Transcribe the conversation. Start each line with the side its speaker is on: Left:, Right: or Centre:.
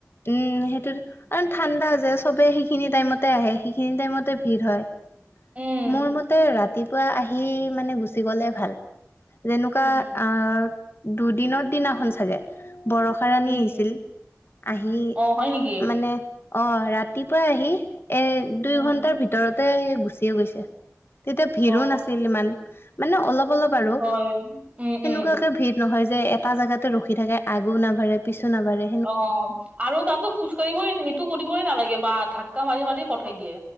Left: উম, সেইটোতো কা ঠাণ্ডা যে চবেই সেইখিনি টাইমতে আহে, সেইখিনি টাইমতে ভিৰ হয়।
Right: উম
Left: মোৰ মতে ৰাতিপুৱা আহি মানে গুচি গলে ভাল। যেনেকুৱা
Right: উম
Left: আ, দুদিনৰত দিনাখন চাগে বৰষ ষা ৰণী
Right: উম
Left: আহিছিল, আহি
Right: অ হয় নেকি
Left: মানে অ' ৰাতিপুৱাই আহি এ, দুই
Right: উম
Left: ঘণ্টাৰ ভিতৰতে গুচি গৈছে, তেতিয়া ভিৰো
Right: অ
Left: নাছিল ইমান। মানে অলপ অলপ আৰু,
Right: হয় উম
Left: সেনেকুৱাকে
Right: উম
Left: ভিৰ নহয় যে এটা জাগাতে ৰখি থাকে আগো নাভাৰে পিছো নাভাৰে।
Right: অ' আৰু তাতো খোজ কঢ়িবই, সেইটো কৰিবই নালাগে বা ধাক্কা মাৰি মাৰি পঠাই দিয়ে।